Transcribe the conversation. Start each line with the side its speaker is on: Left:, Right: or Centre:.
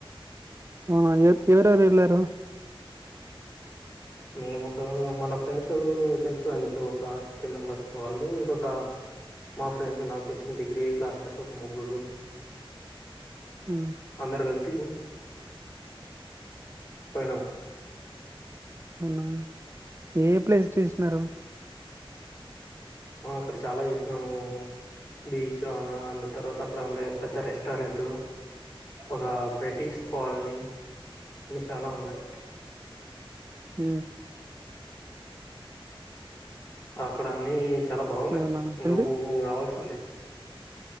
Right: ఆ ఎవర్ ఎవరెవరు ఎళ్లారు
Left: మేము ఒక మన ఫ్రెండ్స్ తెలుసు కదా నీకు ఒక త్రీ మెంబర్స్ వాళ్ళు ఇంకొక మా ఫ్రెండ్స్ నాకు తెలిసిన డిగ్రీ క్లాస్ మేట్స్ ఒక ముగ్గురు
Right: ఆ,
Left: అందరు కలిపి పోయినం
Right: అవునా ఏ ప్లేస్ చూసినారు
Left: వా అక్కడ చాలా చేసినాము బీచ్ లోన అందు తర్వాత అక్కడ ఉండే పెద్ద రెస్టారెంటు ఒక బ్రిటిష్ కాలనీ అన్ని చాలా ఉన్నాయి
Right: ఊ
Left: అక్కడ అన్ని చాలా బాగున్నాయ్
Right: అవునా
Left: నువ్వు
Right: ఏంది
Left: రావాల్సింది